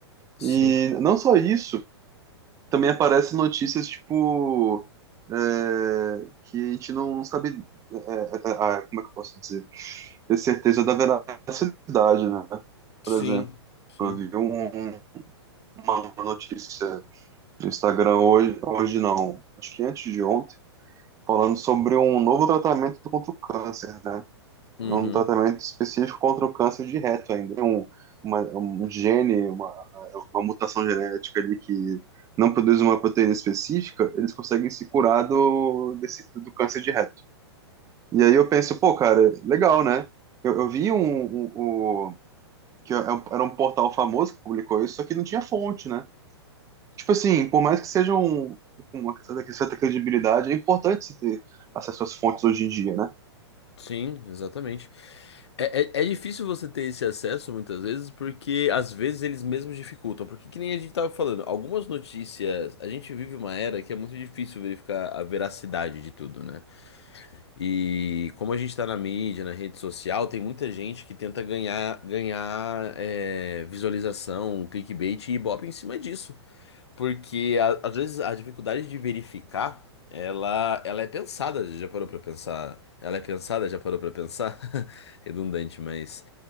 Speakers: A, on the left (about 70°); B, on the right (about 20°).
A: Sim,
B: E não só isso, também aparece notícias tipo é, que a gente não sabe, é, é, é, como é que eu posso dizer, ter certeza da veracidade, né?
A: sim,
B: Por exemplo,
A: sim.
B: eu vi um- uma notícia no Instagram hoje, hoje não, acho que antes de ontem, falando sobre um novo tratamento contra o câncer, né?
A: Uhum.
B: um tratamento específico contra o câncer de reto ainda. Tem um, uma, um gene, uma, uma mutação genética ali que não produz uma proteína específica, eles conseguem se curar do, desse, do câncer de reto. E aí eu penso, pô, cara, legal, né? Eu, eu vi um, um, um- que é um- era um portal famoso que publicou isso, só que não tinha fonte, né? Tipo assim, por mais que seja um, com uma certa, certa credibilidade, é importante se ter acesso às fontes hoje em dia, né?
A: Sim, exatamente. É, é, é difícil você ter esse acesso muitas vezes, porque às vezes eles mesmos dificultam. Porque que nem a gente tava falando, algumas notícias, a gente vive uma era que é muito difícil verificar a veracidade de tudo, né? E como a gente tá na mídia, na rede social, tem muita gente que tenta ganhar, ganhar é, visualização, clickbait e ibope em cima disso. Porque a- às vezes a dificuldade de verificar, ela, ela é pensada, já parou pra pensar? Ela é pensada, já parou pra pensar? <laughs> Redundante, mas